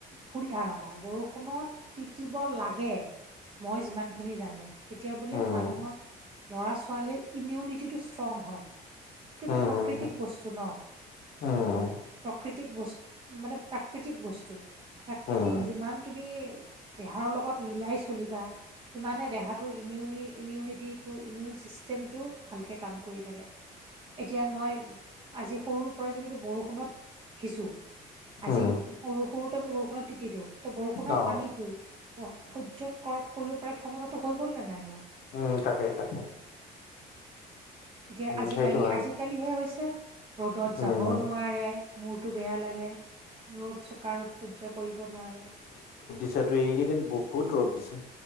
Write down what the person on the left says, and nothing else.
উম
উম
হম
উম
উম
উম
অ
উম, তাকে তাকে।
উম
সেইটো হয়
উম
আচ্ছা, তো এইকেইদিন বহুত ৰ'দ দিছে।